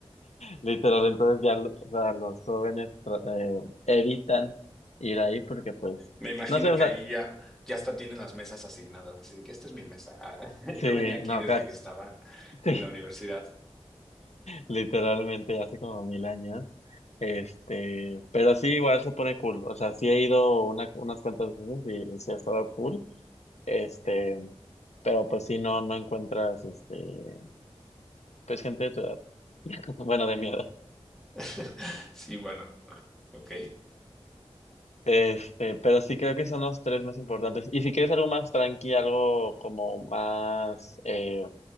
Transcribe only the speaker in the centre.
Me imagino
que
ahí ya, ya hasta tienen las mesas asignadas, así de que esta es mi mesa. Ah, <laughs>
Yo venía aquí
desde
que estaba
en la universidad.
<laughs> Sí, bueno, ok.